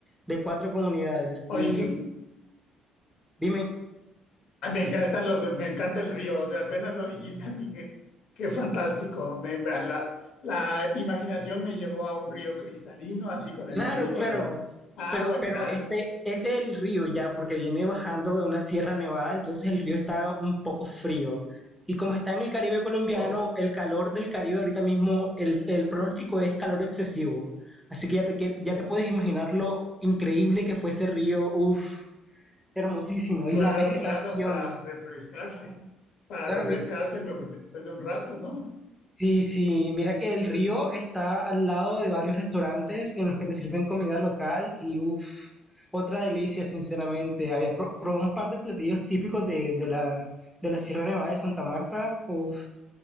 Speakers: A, in the centre; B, on the left (about 65°).
A: de cuatro comunidades.
B: Oye,
A: Y
B: que
A: dime,
B: ah, me encantan los, me encanta el río. O sea, apenas lo dijiste, <laughs> dije, qué fantástico. Me- me- la, la imaginación me llevó a un río cristalino, así con
A: Claro,
B: el sonido
A: claro.
B: de agua
A: Pero,
B: y
A: pero
B: tal.
A: este, ese es el río ya, porque viene bajando de una sierra nevada, entonces el río está un poco frío. Y como está en el Caribe colombiano,
B: Oh,
A: el calor del Caribe ahorita mismo, el, el pronóstico es calor excesivo. Así que ya te, quie- ya te puedes imaginar lo increíble que fue ese río. Uf, hermosísimo.
B: claro,
A: Y la vegetación.
B: claro, para refrescarse, para
A: Claro,
B: refrescarse
A: mi-
B: me- después de un rato, ¿no?
A: Sí, sí, mira que el río está al lado de varios restaurantes en los que te sirven comida local y uff, otra delicia, sinceramente. Había pro- probé un par de platillos típicos de, de la, de la Sierra Nevada de Santa Marta, uff,